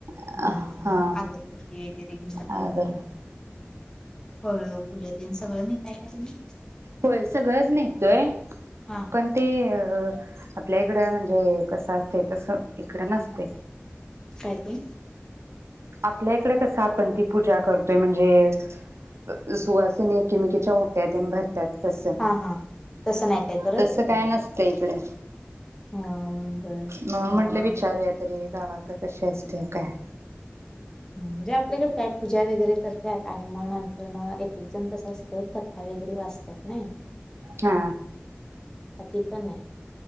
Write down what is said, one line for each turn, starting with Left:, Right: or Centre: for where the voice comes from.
Right: हा
Left: अम्म आगरबत्ती वगैरे घेऊन जाऊन
Right: अगरबा
Left: -फळ फुलंन ते -सगळं नेताय नाही तुम्ही?
Right: होय सगळंच नेतोय
Left: हा
Right: पण ते अ आपल्या इकडं म्हणजे कसं आसतय तसं इकडं नसतय.
Left: काय ते?
Right: आपल्या इकडे कसं आपण ती पूजा करतोय म्हणजे सुहास तेनी एकीमेकीच्या ओट्या तेन भरत्यात. तस
Left: हा हा तसं नाही काय करत
Right: -तस
Left: तिथं
Right: काय नसतय इकडं.
Left: हा बर
Right: म म्हटले
Left: मग
Right: विचारूया तरी? गावाकड कशी असते काय
Left: म्हणजे आपल्याकडे काय पूजा वगैरे करत्यात आणि मग नंतर न एक एक जण कसं असतय कथा वगैरे वाचतात ना?
Right: हा
Left: ती पण नाही